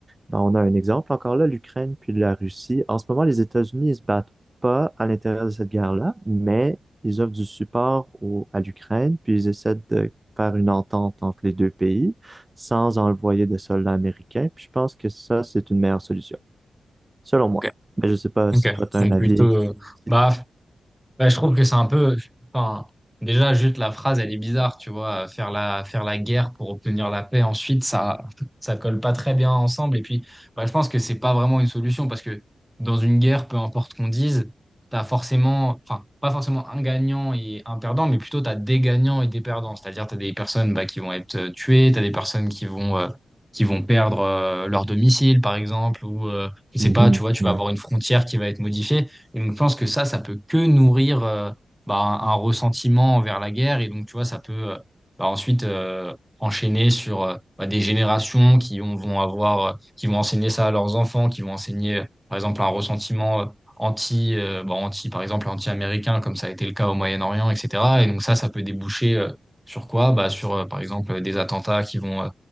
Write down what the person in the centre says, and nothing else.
Ok.
Ok.
Donc
plutôt, euh,
bah, Bah, je trouve que c'est un peu, enfin, déjà, juste la phrase, elle est bizarre, tu vois, faire la, faire la guerre pour obtenir la paix, ensuite, ça, ça colle pas très bien ensemble. Et puis, bah, je pense que c'est pas vraiment une solution parce que dans une guerre, peu importe qu'on dise, t'as forcément, enfin, pas forcément un gagnant et un perdant, mais plutôt t'as des gagnants et des perdants. C'est-à-dire, t'as des personnes, bah, qui vont être euh, tuées, t'as des personnes qui vont, euh, qui vont perdre, euh, leur domicile, par exemple, ou, euh, je
sais pas, tu vois, tu
vas avoir une frontière qui va être modifiée. Et donc, je pense que ça, ça peut que nourrir euh, bah, un, un ressentiment envers la guerre. Et donc, tu vois, ça peut euh, bah, ensuite euh, enchaîner sur euh, bah, des générations qui ont- vont avoir, euh, qui vont enseigner ça à leurs enfants, qui vont enseigner, euh, par exemple, un ressentiment euh, anti, euh, bah, anti, par exemple, anti-américain, comme ça a été le cas au Moyen-Orient, etc. Et donc, ça, ça peut déboucher euh, sur quoi? Bah, sur, euh, par exemple, des attentats qui vont. euh,